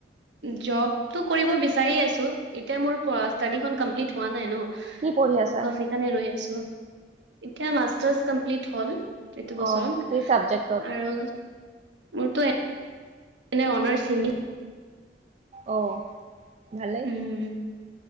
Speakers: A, on the right (about 75°); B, on the right (about 40°).
A: জবটো কৰিব বিচাৰি আছো এতিয়া মোৰ ষ্টাডি খন কমপ্লিট হোৱা নাই ন।
B: কি পঢ়ি আছা
A: বিকছ সেইকাৰণে ৰৈ আছো, এতিয়া মাষ্টাৰ্ছ কমপ্লিট হ'ল। এইটো বছৰত
B: অ কি চাবজেক্টত
A: আৰু মোৰতো এ এনে অনাৰ্ছ হিন্দী।
B: অ'। ভালেই
A: উম,